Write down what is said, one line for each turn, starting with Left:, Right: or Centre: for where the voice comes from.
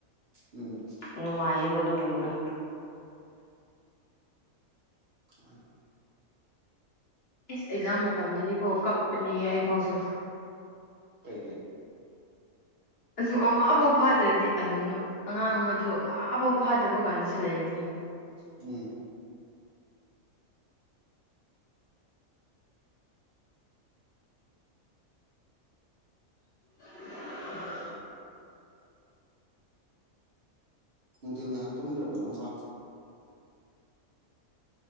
Right: ꯎꯝ꯫
Left: ꯅꯨꯡꯉꯥꯏꯌꯦꯕ ꯑꯗꯨꯒꯨꯝꯕꯗꯣ
Right: ꯃꯥꯅꯤ
Left: ꯏꯁ ꯑꯦꯛꯖꯥꯝ ꯃꯇꯝꯗꯗꯤꯀꯣ ꯀꯞꯄꯅꯤꯍ ꯑꯩꯐꯥꯎꯁꯨ꯫
Right: ꯀꯩꯒꯤ
Left: ꯑꯗꯨꯅꯨ ꯑꯃꯐꯥꯎ ꯐꯥꯗ꯭ꯔꯗꯤ ꯑꯅꯨ ꯑꯉꯥꯡ ꯑꯃꯗꯨ ꯑꯃꯐꯥꯎ ꯐꯥꯗꯕ ꯀꯥꯟꯗꯁꯨ ꯂꯩꯒꯅꯤ꯫
Right: ꯎꯝ꯫
Left: <unintelligible>
Right: ꯅꯨꯡꯊꯤꯜ ꯉꯥꯏꯍꯥꯛ ꯇꯨꯝꯗ꯭ꯔꯕꯣ ꯅꯪꯕꯣ꯫